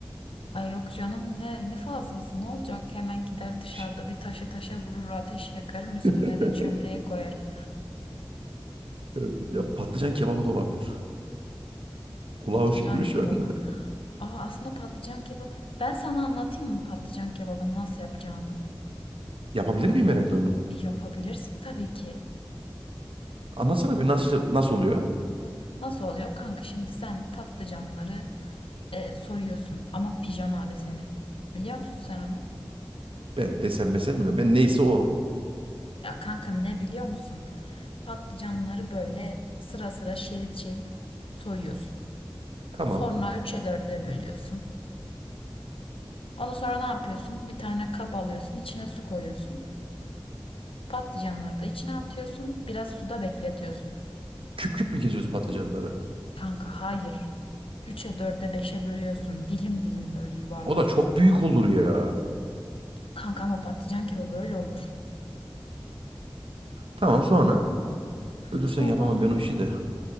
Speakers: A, on the left; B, on the right.
A: Ay yok canım ne ne fazlası ne olacak hemen gider dışarıda
B: Şey,
A: bir taşı taşa vurur ateş yakarım üstüne
B: <laughs>
A: de çömleği koyarım
B: evet. Ya patlıcan kebabı da olabilir. Kulağa
A: patlıcan
B: hoş geliyor
A: kebabı.
B: şu an. <laughs>
A: Aa aslında patlıcan kebabı ben sana anlatayım mı patlıcan kebabını nasıl yapacağını?
B: Yapabilir miyim ben evde onu?
A: E, Yapabilirsin tabii ki.
B: Anlatsana bir nasıl nasıl oluyor?
A: Nasıl oluyor kanka şimdi sen patlıcanları e, soyuyorsun ama pijama deseni. Biliyor musun sen onu?
B: Ben desem mesem bilmiyorum. Ben neyse o.
A: Ya kanka ne biliyor musun? Patlıcanları böyle sıra sıra şerit şerit soyuyorsun.
B: Tamam.
A: Sonra üç'e dörde bölüyorsun. Ondan sonra ne yapıyorsun? Bir tane kap alıyorsun, içine su koyuyorsun. Patlıcanları da içine atıyorsun. Biraz suda bekletiyorsun.
B: Küp küp mü kesiyoruz patlıcanları?
A: Kanka hayır. Üçe dörde beşe bölüyorsun. Dilim dilim böyle yuvarlak.
B: O da çok büyük olur ya.
A: Kanka ama patlıcan kebabı öyle olur.
B: Tamam sonra. Ölürsen
A: Sonra
B: yapamam ben o işi de.